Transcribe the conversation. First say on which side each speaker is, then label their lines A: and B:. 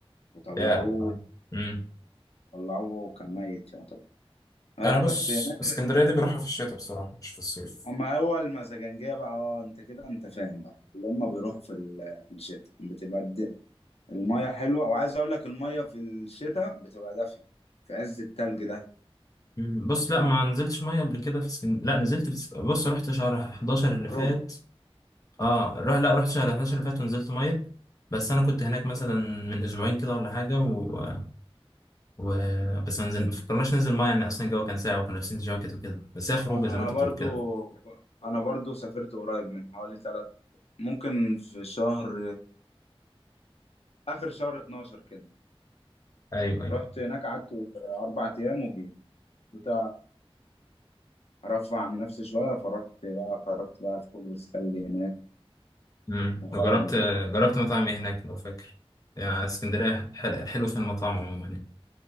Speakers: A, on the left (about 85°); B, on the left (about 35°).
A: وطلعوه
B: يا الله. امم
A: طلعوه وكان ميت يعتبر اه
B: انا بص
A: بس هناك
B: اسكندريه دي بروحها في الشتاء بصراحه مش في الصيف
A: أما هو المزاجنجية بقى اه أنت كده أنت فاهم بقى اللي هما بيروحوا في ال- في الشتاء بتبقى الد- المية حلوة وعايز أقول لك المية في الشتاء بتبقى دافية في عز التلج ده
B: مم. بص لا ما نزلتش ميه قبل كده في سكن... لا نزلت في سكن... بص رحت شهر 11 اللي فات
A: ربع
B: اه رح... لا رحت شهر 11 اللي فات ونزلت ميه بس انا كنت هناك مثلا من اسبوعين كده ولا حاجه و... و... بس ما نزل ما فكرناش ننزل ميه يعني اصلا الجو كان ساقع وكنا لابسين جواكت وكده بس هي خروجه
A: أنا
B: زي ما انت
A: برضو
B: بتقول كده
A: أنا برضو سافرت قريب من حوالي ثلاث ممكن في شهر آخر شهر 12 كده
B: ايوه ايوه
A: رحت هناك قعدت أربع أيام وجيت كنت أرفع عن نفسي شوية فرحت بقى خرجت بقى في كوبري السلة هناك
B: امم
A: وخرجنا
B: جربت
A: يعني.
B: جربت مطاعم ايه هناك لو فاكر يعني اسكندريه حل... الحلو في المطاعم عموما يعني